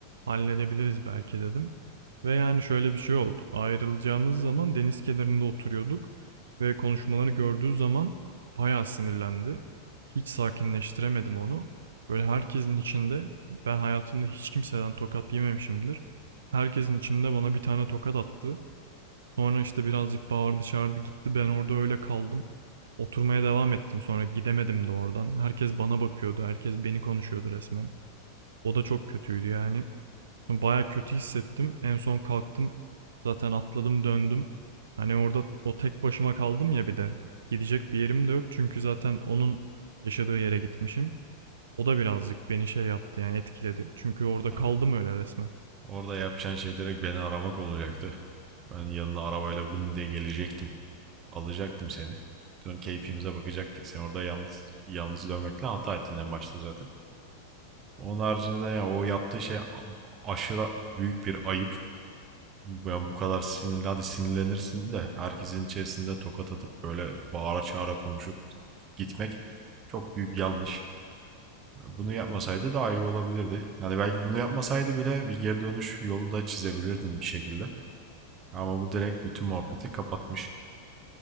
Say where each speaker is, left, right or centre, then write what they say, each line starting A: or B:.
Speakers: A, on the right (about 65°); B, on the right (about 30°).
A: Halledebiliriz belki dedim. Ve yani şöyle bir şey oldu. Ayrılacağımız zaman deniz kenarında oturuyorduk ve konuşmaları gördüğü zaman bayağı sinirlendi. Hiç sakinleştiremedim onu. Böyle herkesin içinde ben hayatımda hiç kimseden tokat yememişimdir. Herkesin içinde bana bir tane tokat attı. Sonra işte birazcık bağırdı çağırdı gitti. Ben orada öyle kaldım. Oturmaya devam ettim sonra gidemedim de oradan. Herkes bana bakıyordu. Herkes beni konuşuyordu resmen. O da çok kötüydü yani. Sonra baya kötü hissettim. En son kalktım. Zaten atladım döndüm. Hani orada o tek başıma kaldım ya bir de. Gidecek bir yerim de yok çünkü zaten onun yaşadığı yere gitmişim. O da birazcık beni şey yaptı yani etkiledi. Çünkü orada
B: Abi
A: kaldım öyle resmen.
B: Orada yapacağın şey direkt beni aramak olacaktı. Ben yanına arabayla vın diye gelecektim. Alacaktım seni. Dön keyfimize bakacaktık. Sen orada yalnız yalnız dönmekle hata ettin en başta zaten. Onun haricinde de ya o yaptığı şey aşırı büyük bir ayıp. Yani bu kadar sinirli hadi sinirlenirsin de herkesin içerisinde tokat atıp böyle bağıra çağıra konuşup gitmek çok büyük yanlış. Bunu yapmasaydı daha iyi olabilirdi. Yani belki bunu yapmasaydı bile bir geri dönüş yolu da çizebilirdin bir şekilde. Ama bu direkt bütün muhabbeti kapatmış.